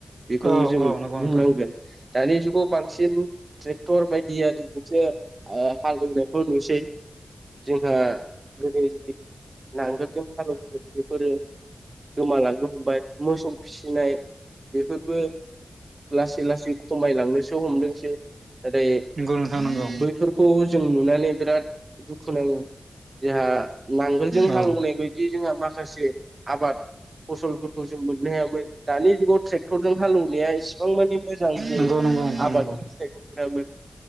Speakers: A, on the right (about 50°); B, on the right (about 75°).
A: बेखौ
B: औ
A: जों
B: औ नंगौ नोंथां
A: बुंनांगोन दानि जुगाव बांसिन सिन ट्रेक्टर बाय जोंसो ओ हालेवनायखौ नुसै जोंहा गोदो नांगोलजों हालेवगोन बेफोरो गोमालांनो हमबाय मोसौ फिसिनाय बेफोरबो लासै लासेै लासै खमायलांनोसो हमदोंसो दोनै।
B: नंगौ नोंथां नंगौ
A: बैफोरखौ जों नुनानै बिराद दुखु नाङो। जोंहा नांगोलजों
B: औ
A: हालेवनाय बायदि जोंहा माखासे आबाद फसलफोरखौ जों मोननो हायामोन दानि जुगाव ट्रेक्टरजों हालेवनाया इसिबां मानि मोजां जों
B: नंगौ नंगौ नोंथां
A: आबादनि
B: नंगौ
A: फिथाइखौ मोनामोन।